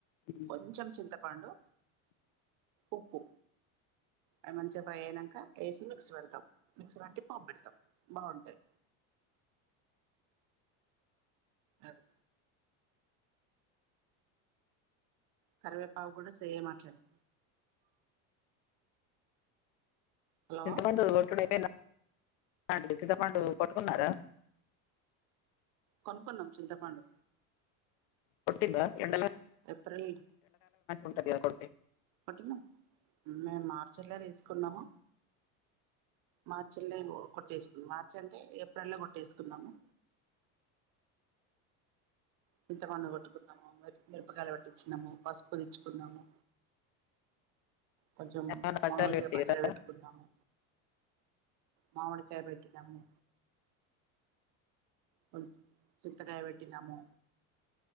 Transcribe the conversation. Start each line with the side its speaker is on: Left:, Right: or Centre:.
Left: ఉమ్.
Right: కొంచం చింత పండు ఉప్పు అవి మంచిగా ఫ్రై అయినాక వేసి మిక్సీ పెడతాం మిక్సీ పెట్టి పాప్పు పెడతాం బాగుంటది. అదే కరివేపావు కూడా సేమ్ అట్లనే హలో
Left: చింత పండు కొట్టుడు అయిపోయిందా అండి చింతపండు కొట్టుకున్నారా
Right: కొనుకున్నాం చింతపండు
Left: కొట్టిండా ఎండల
Right: ఏప్రిల్
Left: ఉంటది కదా కొడితే
Right: కొటినా మేము మార్చిల్లో తీసుకున్నాము మార్చిల్లో కొట్టేసుకున్నాం మార్చి అంటే ఏప్రిల్లో కొట్టేసుకున్నాము. చింతపండు కొట్టుకున్నాము మ మిరపకాయల పట్టించినము పసుపు తెచ్చుకున్నాము కొంచెం
Left: ఏమైనా పచ్చళ్ళు
Right: మామిడికాయ
Left: పెట్టారా
Right: పచ్చడి పెట్టుకున్నాము మామిడికాయ పెట్టినము కొంచం చింతకాయ పెట్టినాము